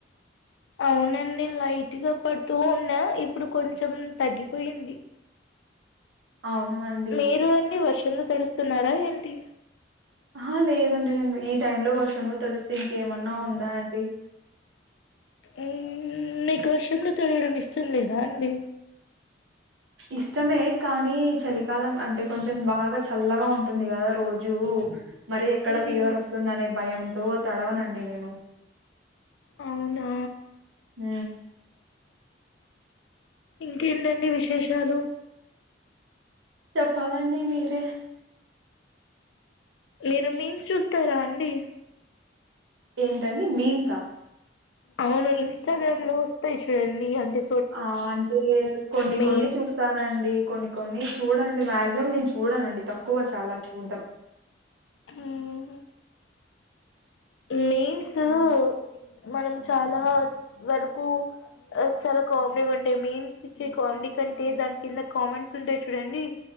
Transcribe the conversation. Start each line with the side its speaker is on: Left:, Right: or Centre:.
Left: అవునండి లైట్గా పడుతూ ఉండే ఇప్పుడు కొంచెం తగ్గిపోయింది.
Right: అవునా అండ్
Left: మీరు అండి వర్షంలో తడుస్తున్నారా ఏంటి.
Right: అహా లేదండి నేను ఈ టైమ్ లో వర్షంలో తడుస్తే ఇంకేమన్నా ఉందా అండి.
Left: ఏ మీకు వర్షంలో తడవడం ఇష్టం లేదా అండి.
Right: ఇష్టమే కానీ చలికాలం అంటె కొంచెం బాగా చల్లగా ఉంట్. టుంది గదా రోజూ మరి ఎక్కడ
Left: మ్మ్,
Right: ఫీవర్ వస్తుంది అనే భయంతో తడవనండి నేను.
Left: అవునా
Right: ఊ
Left: ఇంకేంటండి విశేషాలు
Right: చెప్పాలండి మీరే
Left: మీరు మీమ్స్ చూస్తారా అండి
Right: ఏంటండి మీమ్స్ ఆ
Left: అవును ఇన్స్టాగ్రామ్ లో వస్తాయి చూడండి అంటె
Right: ఆ అంటే కొన్ని
Left: మీమ్స్
Right: కొన్ని చూస్త్ తానండీ కొన్ని కొన్ని చూడనండి మాక్సిమం నేను చూడనండి తక్కువ చాలా చూడడం.
Left: ఊహు మీమ్సూ మనం చాలా వరకూ ఆ చాలా కామెడీగా ఉంటయి మీమ్స్ ఇచ్చే కామెడీ కంటే దాని కింద కామెంట్స్ ఉంటాయి చూడండీ.